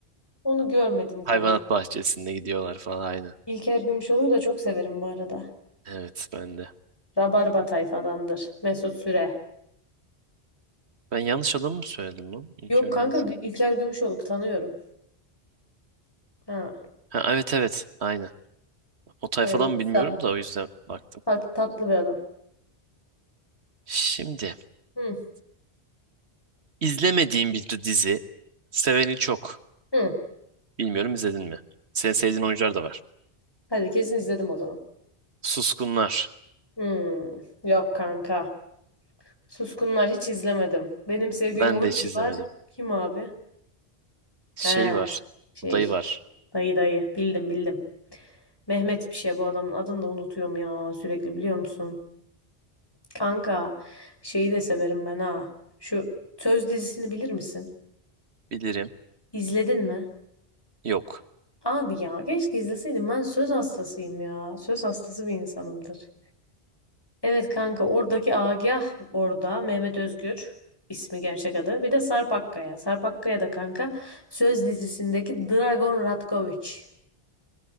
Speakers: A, on the left; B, on the right.
A: Onu görmedim
B: Hayvanat
A: kanka.
B: bahçesinde gidiyorlar falan aynı.
A: İlker Gümüşoluk'u da çok severim bu arada.
B: Evet ben de.
A: Rabarba tayfadandır. Mesut Süre.
B: Ben yanlış adamı mı söyledim lan? İlker
A: Yok kanka
B: Gümüşoluk.
A: Gü- İlker Gümüşoluk tanıyorum. Ha,
B: Ha, evet evet aynı. O tayfadan
A: böyle kısa.
B: mı bilmiyorum da o yüzden baktım.
A: Tat- tatlı bir adam.
B: Şimdi
A: Hı,
B: izlemediğim bir dizi. Seveni çok.
A: hı.
B: Bilmiyorum izledin mi? Senin sevdiğin oyuncular da var.
A: Hadi kesin izledim o zaman.
B: Suskunlar.
A: Hı, Yok kanka. Suskunlar hiç izlemedim. Benim sevdiğim
B: Ben
A: oyuncular
B: de hiç izlemedim.
A: kim abi?
B: Şey
A: He,
B: var.
A: şey
B: Odayı var.
A: dayı dayı bildim bildim. Mehmet bir şey bu adamın adını da unutuyorum ya sürekli biliyor musun? Kanka şeyi de severim ben ha. Şu Söz dizisini bilir misin?
B: Bilirim.
A: İzledin mi?
B: Yok.
A: Abi ya keşke izleseydim ben söz hastasıyım ya. Söz hastası bir insanımdır. Evet kanka oradaki Agah orada Mehmet Özgür ismi gerçek adı. Bir de Sarp Akkaya. Sarp Akkaya da kanka Söz dizisindeki Dragon Ratkoviç.